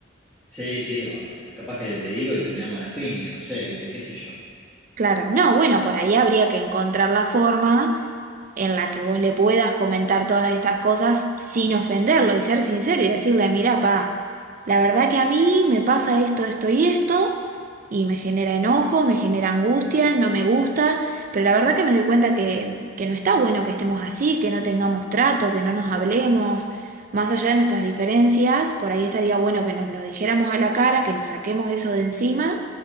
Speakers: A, in the centre; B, on the right.
A: Sí, sí, o que- capaz que le digo y terminamos a las piñas, no sé, viste, qué sé yo.
B: Claro, no, bueno, por ahí habría que encontrar la forma en la que vos le puedas comentar todas estas cosas sin ofenderlo y ser sincero y decirle, mira, pa, la verdad que a mí me pasa esto, esto y esto, y me genera enojo, me genera angustia, no me gusta, pero la verdad que me doy cuenta que, que no está bueno que estemos así, que no tengamos trato, que no nos hablemos, más allá de nuestras diferencias, por ahí estaría bueno que nos lo dijéramos a la cara, que nos saquemos eso de encima